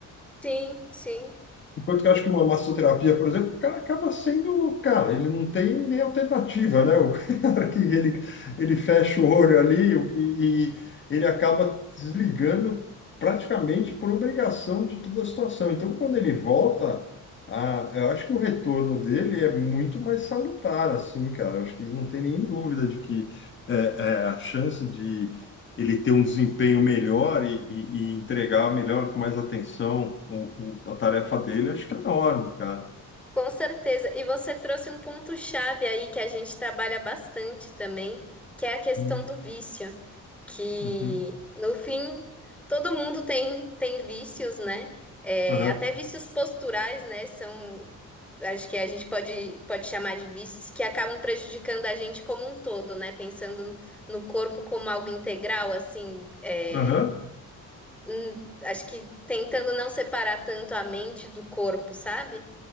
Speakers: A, in the centre; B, on the left (about 35°).
A: sim, sim.
B: Enquanto que eu acho que uma massoterapia, por exemplo, o cara acaba sendo, cara, ele não tem nem alternativa, né? O <laughs> cara que ele, ele fecha o olho ali e, e ele acaba desligando praticamente por obrigação de toda a situação. Então, quando ele volta, a, eu acho que o retorno dele é muito mais salutar, assim, cara. Eu acho que não tem nem dúvida de que é, é, a chance de ele ter um desempenho melhor e, e- e entregar melhor, com mais atenção, o- o- a tarefa dele, acho que é enorme, cara.
A: Com certeza. E você trouxe um ponto-chave aí que a gente trabalha bastante também, que é a questão
B: Uhum.
A: do vício. Que,
B: Uhum.
A: no fim, todo mundo tem, tem vícios, né? É,
B: Aham.
A: até vícios posturais, né? São, acho que a gente pode, pode chamar de vícios que acabam prejudicando a gente como um todo, né? Pensando no corpo como algo integral, assim, é,
B: Aham.
A: hum, acho que tentando não separar tanto a mente do corpo, sabe?